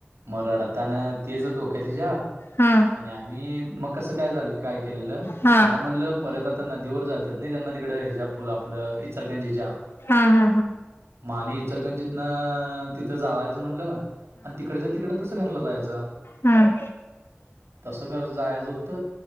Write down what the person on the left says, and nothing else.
हम्म हा
हा
हा हा हा हा
हं